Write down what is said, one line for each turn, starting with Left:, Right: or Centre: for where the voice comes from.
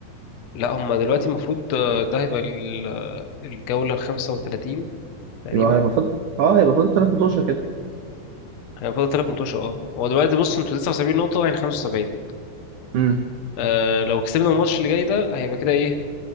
Left: لا هما دلوقتي المفروض آه، ده هيبقى ال- آه، الجولة الخمسة وتلاتين تقريبا
Right: يبقى هيبقى فاضل اه هيبقى فاضل ثلاث متوشه كده
Left: هيبقى فاضل تلات ماتش اه هو دلوقتي بص انتوا تسعة وسبعين نقطة واحنا خمسة وسبعين
Right: امم
Left: آه لو كسبنا الماتش اللي جاي ده هيبقى كده ايه